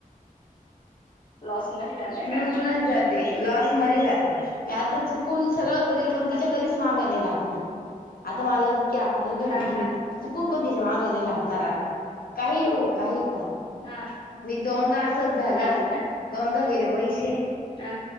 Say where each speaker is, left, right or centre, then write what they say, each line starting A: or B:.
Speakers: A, on the left; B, on the left.
A: लॉस मध्ये जातय
B: लुटून
A: का
B: नाही जात लॉस मध्ये जाते मी आता चुकून सगळं करील पण
A: हा
B: तिच्या कधीच माग नई लागना आता मला इतकीअददल घडली
A: हा
B: की मी
A: हा
B: चुकून पण तिच्या मागं नाही लागणार आता काही हो काही पण
A: हा
B: मी दोनदा असच झालं
A: हा ना
B: दोनदा गेले पैसे
A: हा.